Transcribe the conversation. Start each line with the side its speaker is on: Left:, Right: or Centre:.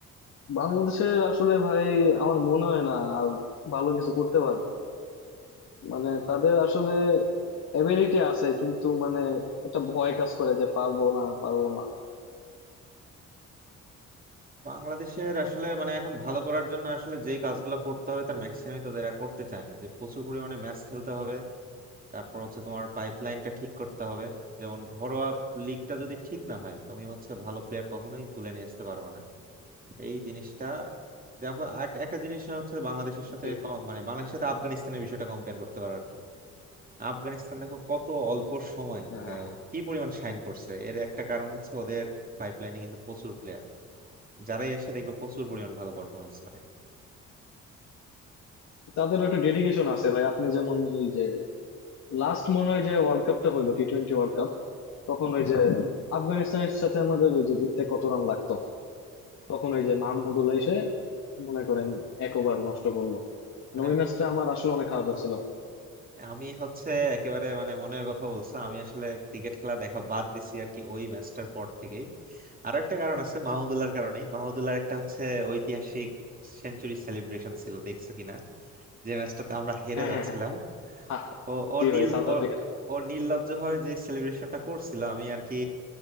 Left: বাংলাদেশের আসলে ভাই আমার মনে হয় না আর ভালো কিছু করতে পারবে মানে তাদের আসলে এবিলিটি আছে কিন্তু মানে একটা ভয় কাজ করে যে পারবো না পারবো না
Right: বাংলাদেশের আসলে মানে এখন ভালো করার জন্য আসলে যেই কাজগুলো করতে হবে তার ম্যাক্সিমামই তো এরা করতে চায় না যে প্রচুর পরিমাণে ম্যাচ খেলতে হবে তারপর হচ্ছে তোমার পাইপলাইনটা ঠিক করতে হবে যেমন ঘরোয়া লিগটা যদি ঠিক না হয় তুমি হচ্ছে ভালো প্লেয়ার কখনোই তুলে নিয়ে আসতে পারবে না এই জিনিসটা দেখো আর একটা জিনিস হচ্ছে বাংলাদেশের সাথে
Left: জি।
Right: কম- মানে বাংলাদেশের সাথে আফগানিস্তানের বিষয়টা কম্পেয়ার করতে পারো আর কি আফগানিস্তান দেখো কত অল্প সময়
Left: হ্যাঁ,
Right: মানে কি পরিমাণ শাইন করছে এর একটা কারণ হচ্ছে ওদের পাইপলাইনে কিন্তু প্রচুর প্লেয়ার যারাই এসে দেখবে প্রচুর পরিমাণ ভালো পারফরমেন্স করে
Left: তাদেরও একটা ডেডিকেশন আছে ভাই আপনি যেমন এই যে লাস্ট মনে হয় যে ওয়ার্ল্ড কাপটা হলো টি টোয়েন্টি ওয়ার্ল্ড কাপ তখন ওই যে আফগানিস্তানের সাথে আমাদের ওই যে জিততে কত রান লাগতো তখন ওই যে মাহমুদুল্লাহ এসে মনে করেন এক ওভার নষ্ট করলো মানে
Right: মানে
Left: ওই ম্যাচটা আমার আসলে অনেক খারাপ লাগছিল
Right: আমি হচ্ছে একেবারে মানে মনের কথা বলছে আমি আসলে ক্রিকেট খেলা দেখা বাদ দিছি আর কি ওই ম্যাচটার পর থেকেই আরো একটা কারণ আছে মাহমুদুল্লাহর কারণে মাহমুদুল্লাহর একটা হচ্ছে ঐতিহাসিক সেঞ্চুরি সেলিব্রেশন ছিল দেখছো কিনা যে ম্যাচটাতে আমরা হেরে
Left: হ্যাঁ
Right: যাচ্ছিলাম
Left: হ্যাঁ হ্যাঁ আহ,
Right: ও ও
Left: জি
Right: নীল
Left: ভাই সাউথ
Right: ও
Left: আফ্রিকা
Right: ও নির্লজ্জ ভাবে যে সেলিব্রেশনটা করছিল আমি আর কি